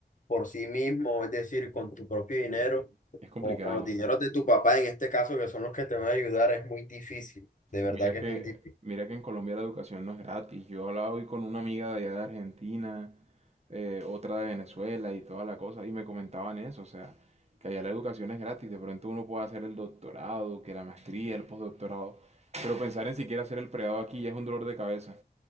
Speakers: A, on the left; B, on the right.
A: por sí mismo, es decir, con tu propio dinero
B: Es complicado.
A: o con los dineros de tu papá, en este caso, que son los que te van a ayudar, es muy difícil, de verdad
B: Mira
A: que
B: que,
A: es muy difícil.
B: mira que en Colombia la educación no es gratis. Yo hablaba hoy con una amiga de allá de Argentina, eh, otra de Venezuela y toda la cosa, y me comentaban eso, o sea, que allá la educación es gratis. De pronto uno puede hacer el doctorado, que la maestría, el postdoctorado, pero pensar en siquiera hacer el pregrado aquí ya es un dolor de cabeza.